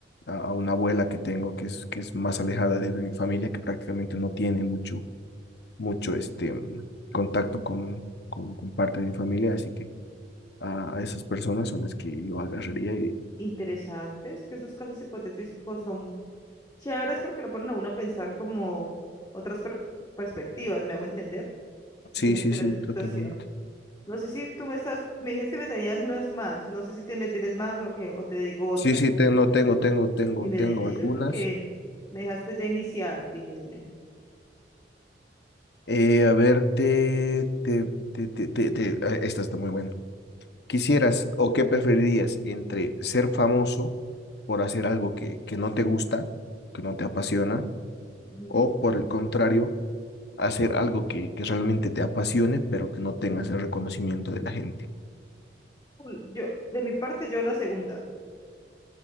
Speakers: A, on the left; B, on the left.
A: a, a una abuela que tengo que es, que es más alejada de, de mi familia, que prácticamente no tiene mucho mucho este mm, contacto con, con, con parte de mi familia, así que a, a esas personas son las que yo agarraría y
B: Interesantes, que esas cosas hipotéticas pues, son chéveres porque lo ponen a uno a pensar como otras per- perspectivas, ¿me hago entender?
A: sí,
B: se me
A: sí,
B: suena
A: sí,
B: esa
A: totalmente.
B: situación. No sé si tú me estás, me dijiste que me tenías unas más, no sé si te me tienes más o que, o te digo otra.
A: Sí, sí, tengo, tengo, tengo, tengo,
B: Dime,
A: tengo
B: dime, dime,
A: algunas.
B: porque me dejaste ya iniciada, dime, dime.
A: Eh, a ver, te, te, te, te, te- te- ah, esta está muy buena. ¿Quisieras o qué preferirías entre ser famoso por hacer algo que, que no te gusta, que no te apasiona,
B: Ujú.
A: o por el contrario, hacer algo que, que realmente te apasione, pero que no tengas el reconocimiento de la gente?
B: Cool, Yo, de mi parte, yo la segunda,